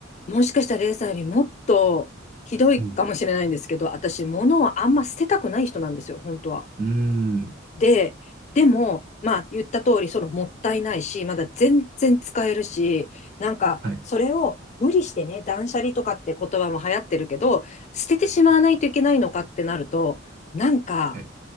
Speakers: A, on the left; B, on the right.
A: もしかしたらレイさんよりもっとひどいかもしれないんですけど、
B: うん。
A: 私、物をあんま捨てたくない人なんですよ、本当は。
B: うーん。
A: で、でも、まあ、言った通り、そのもったいないし、まだ全然使えるし、なんか、
B: はい。
A: それを無理してね、断捨離とかって言葉も流行ってるけど、捨ててしまわないといけないのかってなると、なんか、
B: はい